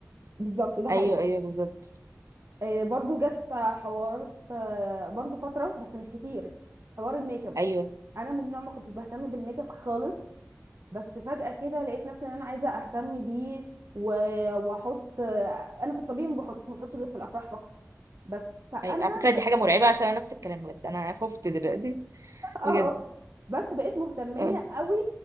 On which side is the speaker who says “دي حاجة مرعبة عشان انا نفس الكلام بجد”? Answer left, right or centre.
Right